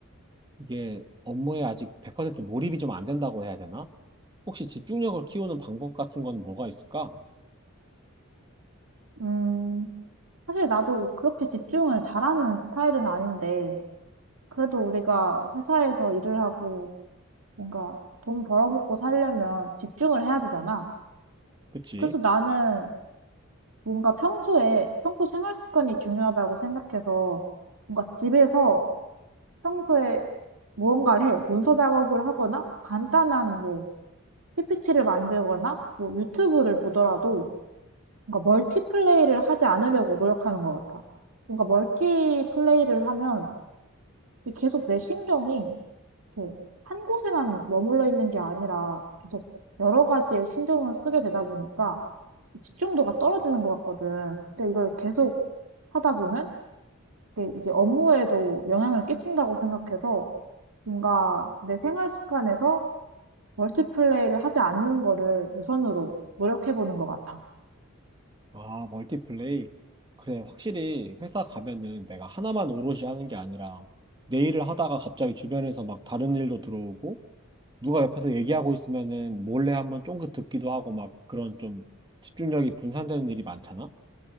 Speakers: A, on the right; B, on the right.
A: 이게 업무에 아직 100% 몰입이 좀 안 된다고 해야 되나? 혹시 집중력을 키우는 방법 같은 거는 뭐가 있을까?
B: 음. 사실 나도 그렇게 집중을 잘하는 스타일은 아닌데, 그래도 우리가 회사에서 일을 하고 뭔가 돈 벌어먹고 살려면 집중을 해야 되잖아.
A: 그치?
B: 그래서 나는 뭔가 평소에, 평소 생활 습관이 중요하다고 생각해서 뭔가 집에서 평소에 무언가를 해. 문서 작업을 하거나 간단한 뭐 PPT를 만들거나 뭐 유튜브를 보더라도 뭔가 멀티플레이를 하지 않으려고 노력하는 것 같아. 뭔가 멀티플레이를 하면 이게 계속 내 신경이 이렇게 한 곳에만 머물러 있는 게 아니라 계속 여러 가지의 신경을 쓰게 되다 보니까 집중도가 떨어지는 것 같거든. 근데 이걸 계속 하다 보면 이게, 이게 업무에도 영향을 끼친다고 생각해서 뭔가 내 생활 습관에서 멀티플레이를 하지 않는 거를 우선으로 노력해 보는 것 같아.
A: 아, 멀티플레이. 그래, 확실히 회사 가면은 내가 하나만 오롯이 하는 게 아니라 내 일을 하다가 갑자기 주변에서 막 다른 일도 들어오고 누가 옆에서 얘기하고 있으면은 몰래 한번 쫑긋 듣기도 하고 막 그런 좀 집중력이 분산되는 일이 많잖아?